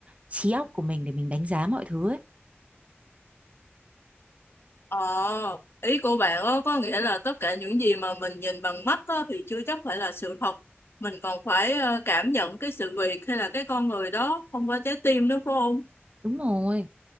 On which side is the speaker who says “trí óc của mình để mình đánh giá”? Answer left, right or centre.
Right